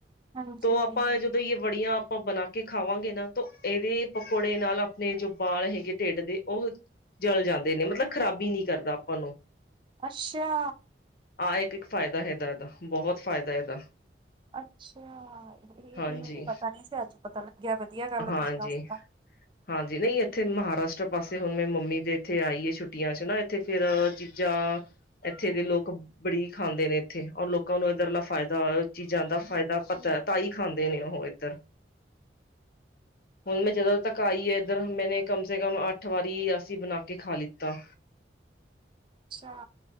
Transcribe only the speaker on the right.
ਹਾਂਜੀ
ਅੱਸ਼ਾ।
ਅੱਛਾ, ਏ
ਵੀ ਮੈਨੂੰ ਪਤਾ ਨੀ ਸੀ ਆੱਜ ਪਤਾ ਲੱਗੇਆ ਵਦੀਆ ਗਾੱਲ
ਆ ਤੁਸੀ ਦਾੱਸ ਤਾ।
ਅੱਛਾ।